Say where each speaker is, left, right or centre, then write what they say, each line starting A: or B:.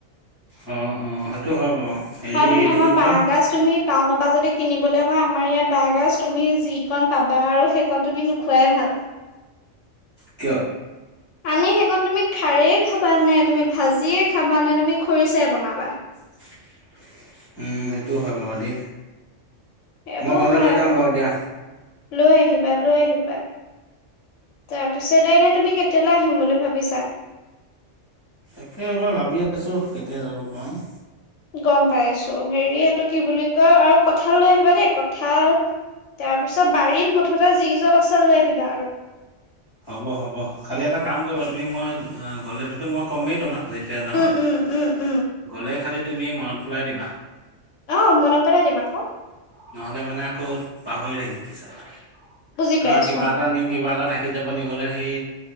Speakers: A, on the left (about 20°); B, on the left (about 75°).
A: অহ - অহ সেইটো হয় বাৰু। হেৰি
B: আৰু তুমি
A: এইটো
B: আমাৰ
A: কি
B: বাঁহ
A: কয়
B: গছ তুমি টাউনৰ পৰা যদি কিনিবলৈ হয় আমাৰ ইয়াত বাঁহগাজ তুমি যিকণ পাবা আৰু সেইকণ তুমি নোখোৱাই ভাল।
A: কিয়?
B: আনি সেইকণ তুমি খাৰেই খাবা নে তুমি ভাজিয়ে খাবা নে, তুমি খৰিচাই বনাবা?
A: <inaudible> উম সেইটোও হয় বাৰু দেই
B: এইবোৰ
A: মই গলে
B: হয়
A: লৈ
B: আকৌ
A: যাম বাৰু এ দিয়া।
B: লৈ আহিবা লৈ আহিবা তাৰ পিছাইনে তুমি কেতিয়ালৈ আহিম বুলি ভাবিছা
A: তাকে এইবাৰ ভাবি আছো কেতিয়া যাব পাৰো।
B: গম পাইছো হেৰি এইটো কি বুলি কয় আৰু কঁঠাল, লৈ আহিবা দেই কঠাল তাৰপিছত বাৰীত মুঠতে যি জল আছে লৈ আহিবা। আৰু
A: হ'ব হ'ব খালি এটা কাম কৰিবা তুমি মই গ'লেতোতো মই ক'মেই তোমাক যেতিয়া যাওঁ
B: উম উম উম উম
A: গ'লে খালি তুমি মনত পেলাই দিবা।
B: অ মন পেলাই দিম আক
A: নহলে মানে আকৌ পাহৰি থাকিম পিছত
B: বুজি
A: ধৰা
B: পাইছো
A: কিবা এটা নিম কিবা এটা থাকিম। লৈ যাব নিবলৈ সেই